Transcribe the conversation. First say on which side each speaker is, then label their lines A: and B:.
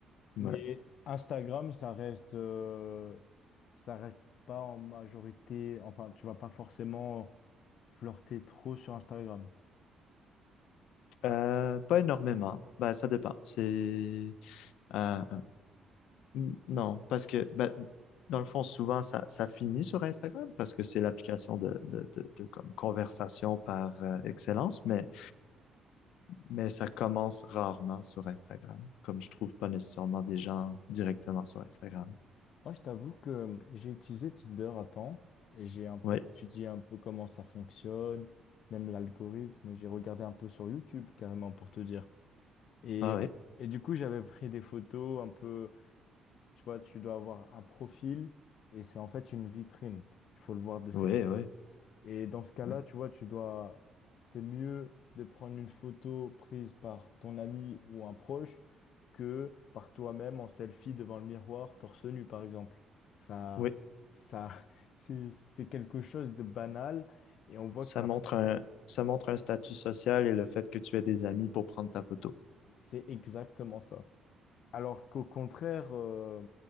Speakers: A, on the left; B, on the left.
A: Ouais.
B: Mais Instagram, ça reste, euh, ça reste pas en majorité. Enfin, tu vas pas forcément flirter trop sur Instagram.
A: Euh, pas énormément. Bah, ça dépend. C'est euh, n- non, parce que bah, dans le fond, souvent ça, ça finit sur Instagram parce que c'est l'application de, de, de, de comme conversation par euh, excellence, mais mais ça commence rarement sur Instagram, comme je trouve pas nécessairement des gens directement sur Instagram.
B: Moi, je t'avoue que mmh, j'ai utilisé Tinder à temps et j'ai un peu
A: Oui,
B: étudié un peu comment ça fonctionne, même l'algorithme. J'ai regardé un peu sur YouTube carrément pour te dire. Et,
A: ah oui,
B: et du coup, j'avais pris des photos un peu, tu vois, tu dois avoir un profil et c'est en fait une vitrine. Il faut le voir de cette
A: oui, oui,
B: et dans ce cas-là,
A: oui.
B: tu vois, tu dois, c'est mieux de prendre une photo prise par ton ami ou un proche que par toi-même en selfie devant le miroir, torse nu, par exemple. Ça,
A: Oui.
B: ça, <laughs> c'est, c'est quelque chose de banal et on voit
A: Ça
B: que t'as-
A: montre un, ça montre un statut social et le fait que tu aies des amis pour prendre ta photo.
B: c'est exactement ça. Alors qu'au contraire, euh,